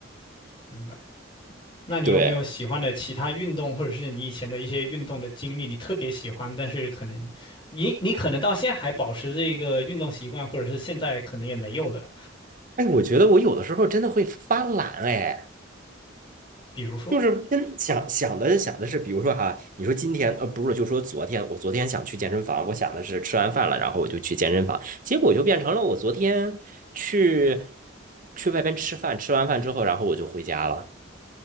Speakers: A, on the left; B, on the right.
A: 明白。那你有没有喜欢的其他运动，
B: 对，
A: 或者是你以前的一些运动的经历，你特别喜欢，但是可能你你可能到现在还保持这个运动习惯，或者是现在可能也没有了，
B: 哎，我觉得我有的时候真的会发懒哎。
A: 比如说？
B: 就是跟想想的想的是，比如说哈，你说今天呃不是，就说昨天，我昨天想去健身房，我想的是吃完饭了，然后我就去健身房，结果就变成了我昨天去去外边吃饭，吃完饭之后，然后我就回家了。